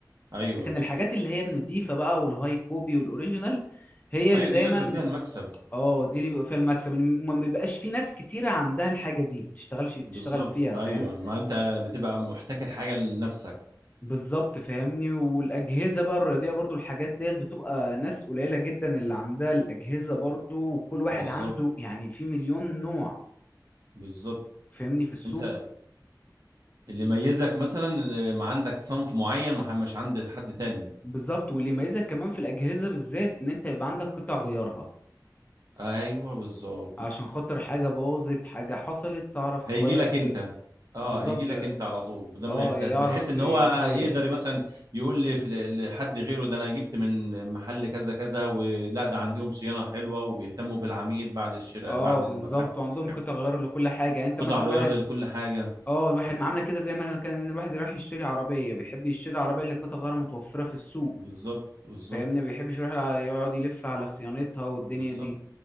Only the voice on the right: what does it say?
ايوه
ايوه
دي لازم فيها المكسب
بالظبط
ايوه
ما انت بتبقى محتكر حاجه لنفسك
بالظبط
بالظبط
انت اللي يميزك مثلا إن ما عندك صنف معين ما مش عند حد تاني
ايوه بالظبط
هيجي لك
انت اه
هيجي لك انت على طول بدل ما
يحتاس
بحيث ان
هو يقدر مثلا يقول لي في- لحد غيره ده انا جبت من محل كذا كذا ولا ده عندهم صيانه حلوه وبيهتموا بالعميل بعد الشراء
بعد
الم... بعد
البيع
قطع
غيار
لكل حاجه
بالظبط بالظبط
بالظبط